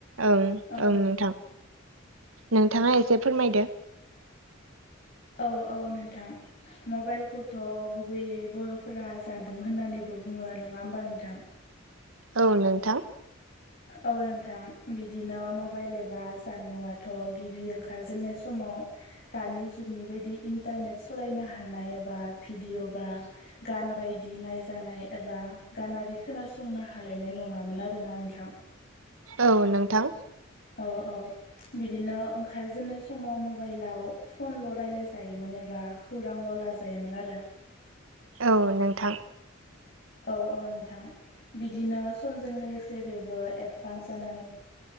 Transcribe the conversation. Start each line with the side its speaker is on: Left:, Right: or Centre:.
Right: ओं
Left: औ
Right: ओं नोंथां नोंथाङा एसे फोरमायदो।
Left: औ औ नोंथां मबाइलखौथ' गुबैयै बर'फोरा जानबुं होननानैबो बुङो नङा होम्बा नोंथां
Right: औ नोंथां
Left: औ नोंथां बिदिनो मबाइल एबा जानबुंङाथ' गिबि ओंखारजेननाय समाव दानि जुगनि बायदि इन्टारनेट सालायनो हानाय एबा भिडिअ' बा गान बायदि नायजानाय एबा गानारि खोनासंनो हालायनाय नङामोन आरो। आरोना नोंथां।
Right: औ नोंथां
Left: औ औ बिदिनो ओंखारजेननाय समाव मबाइलाव फनल' राय्लाय जायो। मोन एबा खौरांल' लाजायोमोन आरो।
Right: औ नोंथां
Left: औ औ नोंथां बिदिनो समजों लोगोसे बेबो एडभान्स जानानै